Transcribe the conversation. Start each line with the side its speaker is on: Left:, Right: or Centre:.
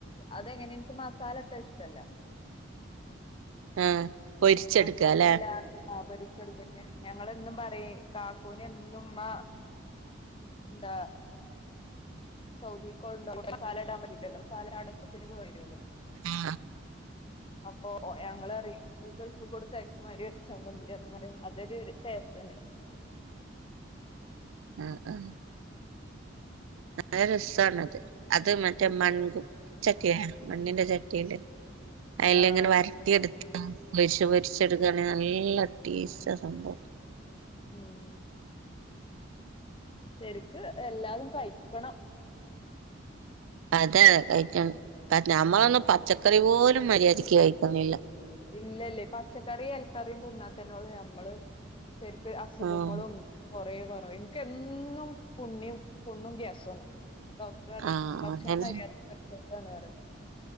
Left: അതെങ്ങനെ എനിക്ക് മസാല ഇട്ട ഇഷ്ടല്ല
Right: ആഹ് പൊരിച്ചെടുക്കാല്ലേ
Left: മസാലല്ല ആ പൊരിച്ച് എടുത്ത് ഞങ്ങളും എന്നും പറയും കാക്കുവിന് എന്നും ഉമ്മ എന്താ സൗദിക്ക് പോവ്ണ്ടോ അവിടെ കാലാ ഡാമല്ലല്ലോ കാലാടത്തിന് പോയി വരുും അല്ലോ
Right: അ
Left: അപ്പൊ ഞങ്ങളറീം ഗൾഫ് കൊടുത്തായകുന്ന മാതിരി വെച്ചാ മതി എന്ന് പറയും അതൊരു ടേസ്റ്റ് തന്നെയാണ്
Right: ആ ആ നല്ല രസണത് അത് മറ്റേ
Left: ഉം
Right: മൺകും ചട്ടിയാ മണ്ണിന്റെ ചട്ടിയില് അതിൽ
Left: ആഹ്
Right: ഇങ്ങനെ വര ട്ടിയെടുത്ത് പൊരി പൊരി ച്ചെടുക്കുകയാണെങ്കിൽ നല്ല ടേസ്റ്റ ആ സംഭവം
Left: ഉം ശരിക്ക് എല്ലാതും കഴിക്കണം
Right: അതെതെ കഴിക്ക ഞമ്മളൊന്നും
Left: ഉം
Right: പച്ചക്കറി പോലും മര്യാദയ്ക്ക് കഴിക്കുന്നില്ല
Left: ഇല്ലല്ലേ പച്ചക്കറി ഇലക്കറിയും തിന്നാത്തന്നെയ ഉള്ളൂ ഞമ്മള് ശരിക്ക് അസുഖങ്ങളും
Right: ആഹ്
Left: കൊറ കുറയും എനിക്ക് എന്നും പുണ്യും പുണ്ണും ഗ്യാസും ആണ് ഡോക്ടർ പറയും
Right: ആഹ്
Left: ഭക്ഷണം
Right: അതന്നെ
Left: മരി യാധിക്ക് കഴികാതോ കേട്ടാ ന്ന് പറയും